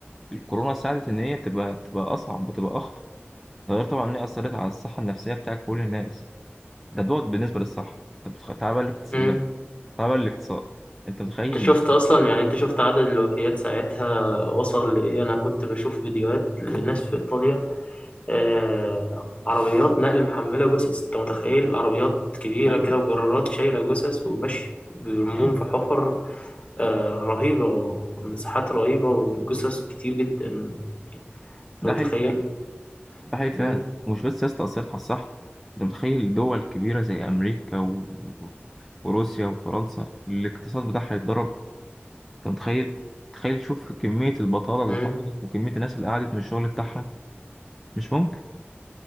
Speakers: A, in the centre; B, on the left.
A: الكورونا ساعدت ان هي تبقى تبقى اصعب وتبقى اخطر ده غير طبعا ان هي اثرت على الصحه النفسيه بتاع كل الناس ده دوت بالنسبه للصحه طب تعالى
B: مم.
A: بقى تبع الاقتصاد انت متخيل
B: انت شفت اصلا يعني انت شفت عدد الوفيات ساعتها وصل لايه انا كنت بشوف فيديوهات لناس في ايطاليا آه عربيات نقل محملة جثث انت متخيل عربيات كبيرة
A: ايوه
B: كده وجرارات شايلة جثث وماشي وبيرموهم
A: ايوه
B: في حفر آه رهيبة ومساحات رهيبة وجثث كتير جدا يعني، انت
A: ده
B: متخيل
A: حقيقي فعلا ده حقيقي
B: مم.
A: فعلا ومش بس سياسة أثرت على الصحة انت متخيل دول كبيرة زي أمريكا و... وروسيا وفرنسا الاقتصاد بتاعها يتضرب انت متخيل تخيل شوف كمية البطالة اللي
B: مم.
A: حصلت وكمية الناس اللي قعدت من الشغل بتاعها مش ممكن